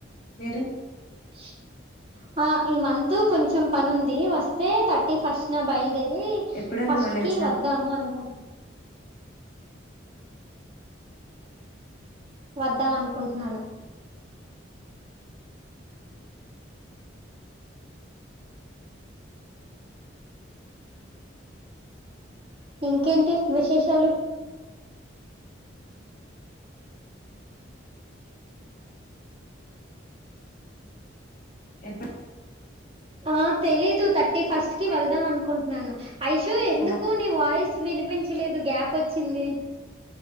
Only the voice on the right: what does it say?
<unintelligible> ఆ ఈ మంత్ కొంచెం పనుంది వస్తే థర్టీ ఫస్ట్ నా బయలుదే రి
ఫస్ట్
కి
వద్దాము అనుకుం వద్దాం అనుకుంటున్నాను. ఇంకేంటి విశేషాలు?
ఆ తెలీదు థ ఫస్ట్ కి వెళ్దాం అనుకుంటున్నాను. ఐషు ఎందుకు
నీ వాయిస్ వినిపించలేదు గ్యాప్ వచ్చింది.